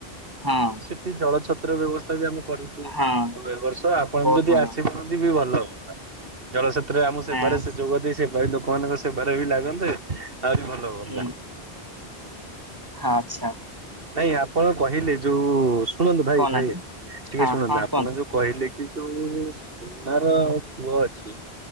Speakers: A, on the right; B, on the right.
A: ହଁ
B: କି ଜଳଛ ଛତ୍ର ବ୍ୟବସ୍ଥା ବି ଆମେ କରିଛୁ,
A: ହଁ
B: ଏ ବର୍ଷ ଆପଣ
A: ବହୁତ
B: ବି ଯଦି
A: ଭଲ।
B: ଆସିପାରନ୍ତି ବି ଭଲ ହଅନ୍ତା। ଜଳ ସେତ୍ରରେ ଆମକୁ ସେବାରେ
A: ଆଁ,
B: ସେ ଯୋଗ ଦେଇ ସେ ଲୋକମାନଙ୍କ ସେବାରେ ବି ଲାଗନ୍ତେ ଆଉରି ଭଲ ହୁଅନ୍ତା
A: ହୁଁ ହଁ ଆଛା।
B: ନାଇଁ ଆପଣ କହିଲେ ଯୋଉ, ଶୁଣନ୍ତୁ ଭାଇ
A: କହୁନାହାନ୍ତି
B: ଭାଇ ଟିକେ
A: ହଁ
B: ଶୁଣନ୍ତୁ
A: ହଁ
B: ଆପଣ
A: କୁହନ୍ତୁ
B: ଯୋଉ କହିଲେ କି ଯୋଉ ସୁନାର କୂଅ ଅଛି,